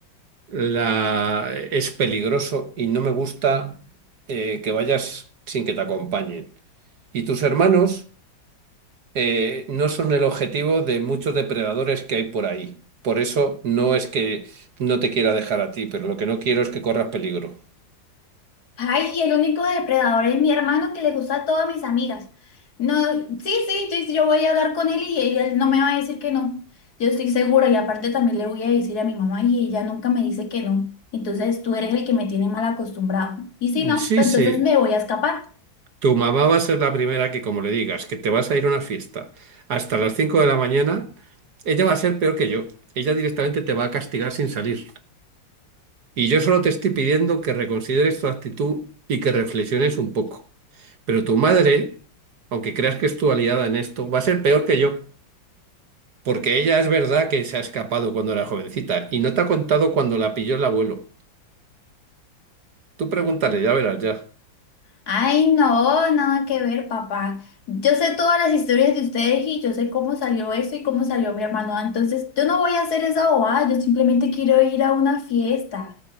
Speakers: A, on the right; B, on the left.
A: la... es peligroso y no me gusta eh, que vayas sin que te acompañen. Y tus hermanos... eh, no son el objetivo de muchos depredadores que hay por ahí. Por eso no es que no te quiera dejar a ti, pero lo que no quiero es que corras peligro.
B: Ay, y el único depredador es mi hermano que le gusta a todas mis amigas. No, sí, sí, sí, sí, yo voy a hablar con él y ella no me va a decir que no. Yo estoy segura y aparte también le voy a decir a mi mamá y ella nunca me dice que no. Entonces tú eres el que me tiene mal acostumbrado. Y si no,
A: Sí,
B: pues
A: sí.
B: entonces me voy a escapar.
A: Tu mamá va a ser la primera que, como le digas, que te vas a ir a una fiesta hasta las 5 de la mañana, ella va a ser peor que yo. Ella directamente te va a castigar sin salir. Y yo solo te estoy pidiendo que reconsideres tu actitud y que reflexiones un poco. Pero tu madre, aunque creas que es tu aliada en esto, va a ser peor que yo. Porque ella es verdad que se ha escapado cuando era jovencita y no te ha contado cuando la pilló el abuelo. Tú pregúntale, ya verás ya.
B: Ay, no, nada que ver, papá. Yo sé todas las historias de ustedes y yo sé cómo salió eso y cómo salió mi hermano. Entonces yo no voy a hacer esa bobada, yo simplemente quiero ir a una fiesta.